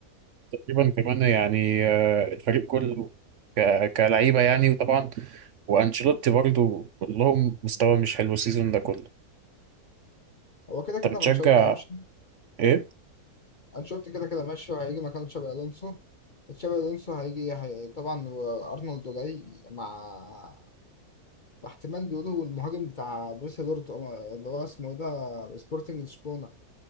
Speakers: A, on the right (about 60°); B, on the left (about 40°).
A: تقريبا كمان يعني آه، الفريق كله ك- كلعيبة يعني وطبعا وأنشيلوتي برضو كلهم مستوى مش حلو السيزون ده كله
B: هو كده كده
A: انت بتشجع
B: أنشيلوتي هيمشي
A: ايه؟
B: أنشيلوتي كده كده ماشي وهيجي مكانه تشابي ألونسو تشابي ألونسو هيجي هي... طبعا وأرنولد جاي مع احتمال بيقولوا المهاجم بتاع بروسيا دورتموند اللي هو اسمه ايه ده سبورتنج لشبونة